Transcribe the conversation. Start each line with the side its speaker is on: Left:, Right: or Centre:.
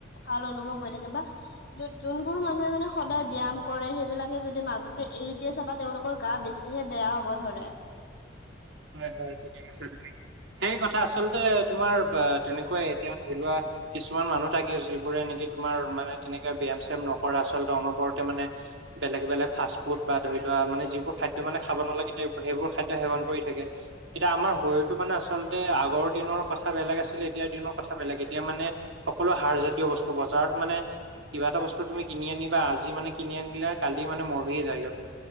Left: ভাল অনুভৱ হৈ থাকে বা। য'ত, যোনবোৰ মানুহে মানে সদায় ব্যায়াম কৰে সেইবিলাক। যদি মাজতে এৰি দিয়ে চাবা, তেওঁলোকৰ গা বেছিহে বেয়া হ'ব ধৰে।
Right: হয় হয় ঠিকে কৈছা তুমি, সেই কথা আচলতে তোমাৰ তেনেকুৱাই এতিয়া ধৰি লোৱা। কিছুমান মানুহ থাকে, যিবোৰে নেকি তোমাৰ মানে তেনেকে ব্যায়াম চ্যাম নকৰা, আচলতে অনবৰতে মানে, বেলেগ বেলেগ ফাষ্ট ফুড বা ধৰি লোৱা মানে, যিবোৰ খাদ্য মানে খাব নালাগে সেইবোৰ খাদ্য সেৱন কৰি থাকে। এতিয়া আমাৰ শৰীৰটো মানে আচলতে, আগৰ দিনৰ কথা বেলেগ আছিলে, এতিয়াৰ দিনৰ কথা বেলেগ এতিয়া মানে। সকলো সাৰজাতীয় বস্তু, বজাৰত মানে। কিবা এটা বস্তু তুমি কিনি আনিবা, আজি মানে কিনি আনিলে, কালি মানে মৰহি যায় ইহঁতে।